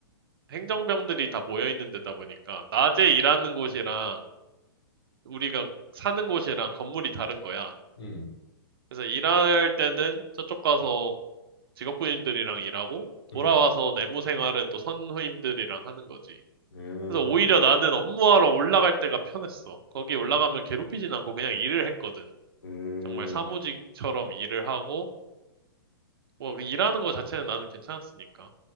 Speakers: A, on the right; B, on the left.
A: 행정병들이 다 모여 있는 데다 보니까 낮에 일하는 곳이랑 우리가 사는 곳이랑 건물이 다른 거야.
B: 음,
A: 그래서 일할 때는 저쪽 가서 직업군인들이랑 일하고 돌아와서
B: 음.
A: 내무 생활은 또 선후임들이랑 하는 거지.
B: 음,
A: 그래서 오히려 나는 업무하러 올라갈 때가 편했어. 거기 올라가면 괴롭히진 않고 그냥 일을 했거든.
B: 음.
A: 정말 사무직처럼 일을 하고 뭐그 일하는 거 자체는 나는 괜찮았으니까.